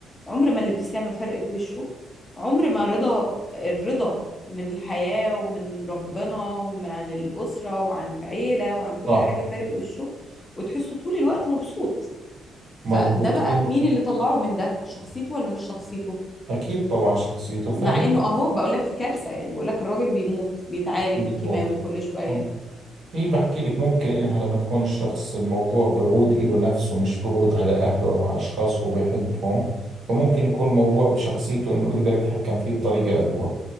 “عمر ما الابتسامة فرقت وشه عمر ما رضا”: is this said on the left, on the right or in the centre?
Left